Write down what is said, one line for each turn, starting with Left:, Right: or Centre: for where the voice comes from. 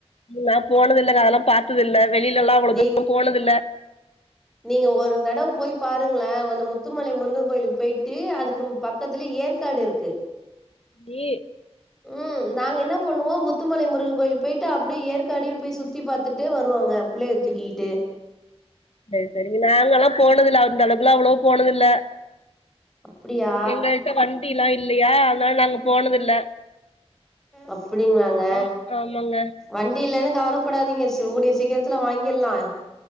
Left: நான் போனது இல்ல அதெல்லாம் பார்த்தது இல்ல வெளில எல்லாம் அவ்வளோதா
Centre: நீங்
Left: போனதில்ல
Centre: நீங்க ஒரு தடவை போய் பாருங்களேன் அந்த முத்துமலை முருகன் கோயிலுக்கு போயிட்டு விட்டு அதுக்கு பக்கத்துல ஏற்காடு இருக்கு
Left: தீ
Centre: ம் நாங்க என்ன பண்ணுவோம் முத்துமலைமுருகன் கோயில் போய்ட்டு அப்படியே ஏற்காடயும் போய் சுத்தி பார்த்துட்டு வருவோங்க புள்ளைய தூக்கி கிட்டு
Left: செரி செரிங்க நாங்கலாம் போனது இல்ல அந்த அளவுக்கு எல்லாம் போனதில்ல
Centre: அப்படியா
Left: எங்ககிட்ட வண்டி எல்லாம் இல்லையா அதனால நாங்க போனது இல்ல
Centre: அப்படிங்களாங்க
Left: ஆம் ஆமாங்க
Centre: வண்டி இல்லலைன்னு கவலைப்படாதீங்க கூடிய சீக்கிரத்துல வாங்கிறலாம்